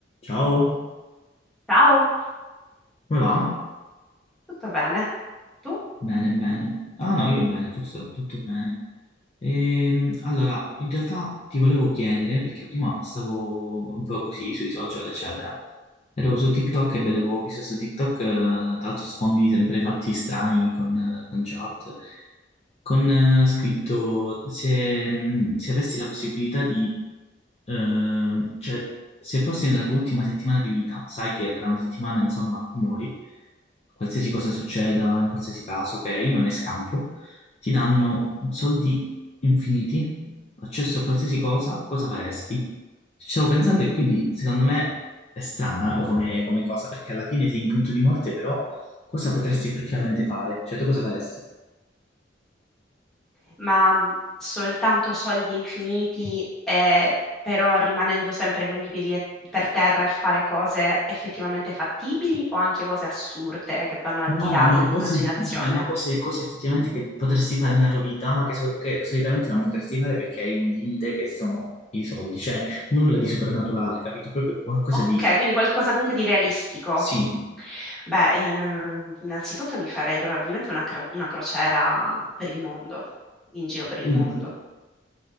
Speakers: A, on the left (about 35°); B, in the centre.
A: Ciao,
B: Ciao,
A: come va?
B: tutto bene? Tu?
A: Bene, bene. Ah no, io bene, tutto, tutto bene. Ehm, allora, in realtà ti volevo chiedere, perché prima stavo un po' così sui social, eccetera. Ero su TikTok e vedevo, ho visto su TikTok, eh, tra l'altro sfondi sempre fatti strani con, eh, con chat. Con eh, scritto, se, mh, se avessi la possibilità di, ehm, cioè, se fossi nella tua ultima settimana di vita, sai che tra una settimana, insomma, muori, qualsiasi cosa succeda, in qualsiasi caso, ok, non hai scampo, ti danno soldi infiniti, accesso a qualsiasi cosa, cosa faresti? Ci stavo pensando e quindi, secondo me, è strana come, come cosa, perché alla fine sei in punto di morte, però cosa potresti effettivamente fare? Cioè, tu cosa faresti?
B: Ma mh, soltanto soldi infiniti, e, però rimanendo sempre con i piedi e- per terra e fare cose effettivamente fattibili o anche cose assurde che vanno al
A: No,
B: di là
A: no,
B: dell'immaginazione?
A: cose, cioè, no, cose, cose effettivamente che potresti fare nella tua vita, ma che, so- che solitamente non potresti fare perché hai un limite che sono i soldi, cioè nulla di soprannaturale, capito? Proprio qualcosa
B: Ok,
A: di,
B: quindi qualcosa comunque di realistico.
A: sì,
B: Beh, in- innanzitutto mi farei probabilmente una, cro- una crociera per il mondo, in giro per il
A: mm,
B: mondo,